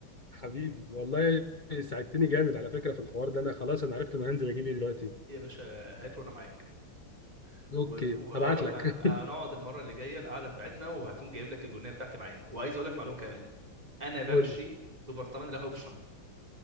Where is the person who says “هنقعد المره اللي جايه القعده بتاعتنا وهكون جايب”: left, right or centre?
Right